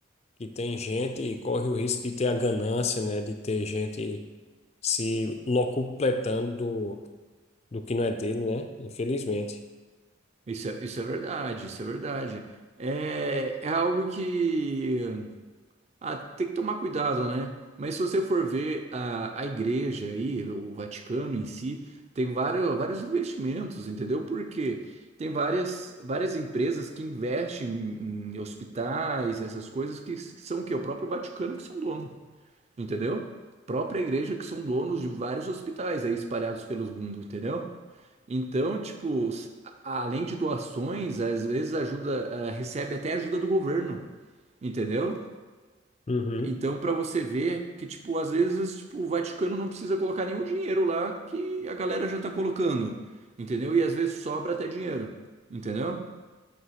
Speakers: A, on the left (about 35°); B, on the right (about 35°).
A: que tem gente e corre o risco de ter a ganância, né? De ter gente se locupletando do, do que não é dele, né? Infelizmente.
B: Isso é, isso é verdade, isso é verdade. É, é algo que Ah, tem que tomar cuidado, né? Mas se você for ver a, a igreja aí, o Vaticano em si, tem vários, vários investimentos, entendeu? Porque tem várias, várias empresas que investem em, em hospitais, essas coisas que s- são o quê? O próprio Vaticano que são dono, entendeu? Própria igreja que são donos de vários hospitais aí espalhados pelo mundo, entendeu? Então, tipo, s- a- além de doações, às vezes ajuda, ah, recebe até ajuda do governo, entendeu?
A: Uhum.
B: Então, pra você ver que, tipo, às vezes, tipo, o Vaticano não precisa colocar nenhum dinheiro lá que a galera já tá colocando, entendeu? E às vezes sobra até dinheiro, entendeu?